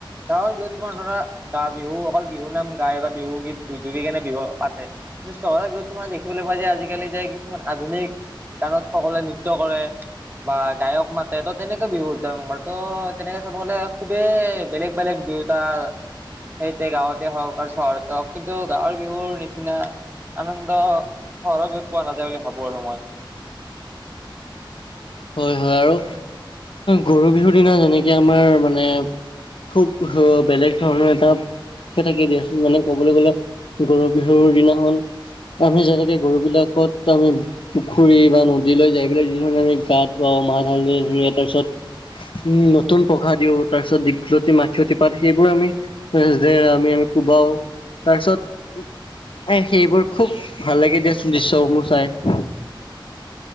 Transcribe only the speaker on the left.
হয় হয় আৰু গৰু বিহুৰ দিনা যেনেকে আমাৰ মানে খুব বেলেগ ধৰণৰ এটা <unintelligible> দিয়া মানে কবলৈ গ'লে গৰু বিহুৰ দিনাখন আমি যেনেকে গৰুবিলাকত আমি পুখুৰী বা নদীলৈ যাই পেলাই যি ধৰণে আমি গা ধুৱা, মাহ ঢালী ধৰি তাৰপিছত উম, নতুন পঘা দিওঁ তাৰপিছত দীঘলতি মায়তি পাত সেইবোৰ আমি নেক্সট ডে আমি আমি কোবাও তাৰপিছত এ, সেইবোৰ খুব ভাল লাগে দিয়াচোন দৃশ্যসমূহ চাই।